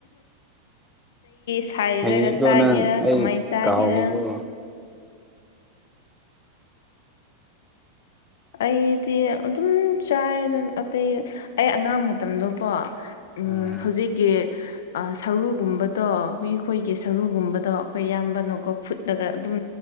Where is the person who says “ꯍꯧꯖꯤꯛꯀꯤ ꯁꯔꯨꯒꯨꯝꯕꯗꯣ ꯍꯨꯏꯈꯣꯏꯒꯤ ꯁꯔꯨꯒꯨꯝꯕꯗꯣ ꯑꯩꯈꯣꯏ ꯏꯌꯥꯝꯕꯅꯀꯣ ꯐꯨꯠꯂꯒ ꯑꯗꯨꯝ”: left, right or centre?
Left